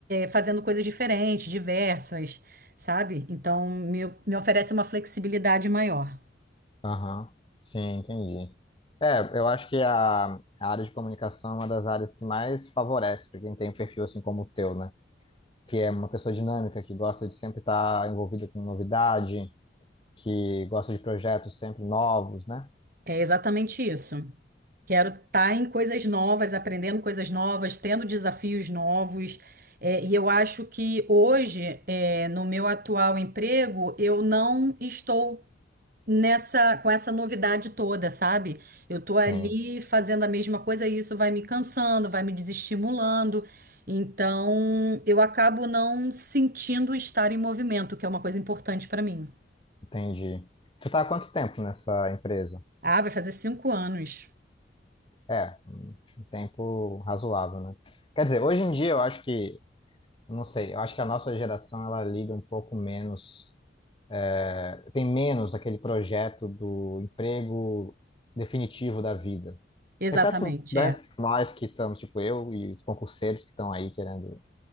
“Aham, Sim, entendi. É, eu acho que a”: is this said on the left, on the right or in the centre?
Left